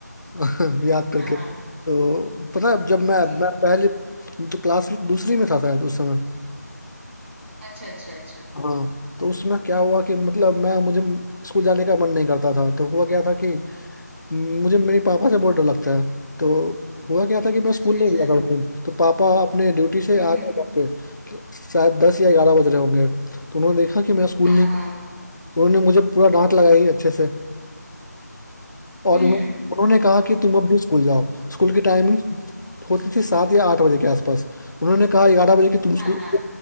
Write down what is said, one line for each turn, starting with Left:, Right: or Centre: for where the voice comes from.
Left: <laughs> याद
Right: हाँ
Left: करके
Right: हाँ
Left: तो पता है जब मैं
Right: जी
Left: मैं पहले तो क्लास दूसरी में था शायद उस समय
Right: अच्छा अच्छा अच्छा
Left: हाँ तो उसमें क्या हुआ कि मतलब मैं मुझे स्कूल जाने का मन नहीं करता था तो हुआ क्या था कि मुझे मेरे पापा से बहुत डर लगता है तो हुआ क्या था कि मैं स्कूल
Right: अच्छा
Left: नहीं
Right: अच्छा
Left: गया था उस दिन तो पापा अपने ड्यूटी से
Right: हम्म
Left: आ
Right: हम्म,
Left: गए घर पे तो शायद दस या ग्यारह बज रहे होंगे तो उन्होंने देखा कि मैं स्कूल
Right: हाँ
Left: नहीं
Right: हाँ
Left: तो उन्होंने मुझे पूरा डांट लगाई अच्छे से और
Right: हम्म
Left: उन्हों, उन्होंने कहा कि तुम अब भी स्कूल जाओ स्कूल की टाइमिंग होती थी सात या आठ बजे के आसपास उन्होंने कहा ग्यारह बजे कि तुम स्कूल
Right: हाँ हाँ